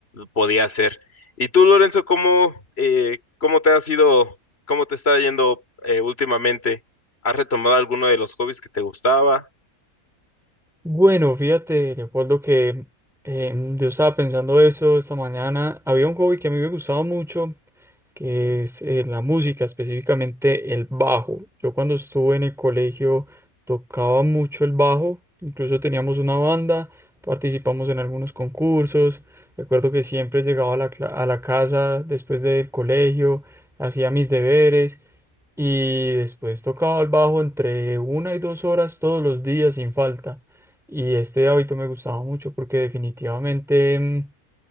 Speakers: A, on the left; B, in the centre.
A: podía hacer. ¿Y tú, Lorenzo, cómo, eh, cómo te ha sido cómo te está yendo eh, últimamente? ¿Has retomado alguno de los hobbies que te gustaba?
B: Bueno, fíjate, Leopoldo, que eh, yo estaba pensando eso esta mañana. Había un hobby que a mí me gustaba mucho que es eh, la música, específicamente el bajo. Yo cuando estuve en el colegio tocaba mucho el bajo, incluso teníamos una banda, participamos en algunos concursos. Recuerdo que siempre llegaba a la, cla- a la casa después del colegio, hacía mis deberes y después tocaba el bajo entre una y dos horas todos los días sin falta. Y este hábito me gustaba mucho porque definitivamente... mm,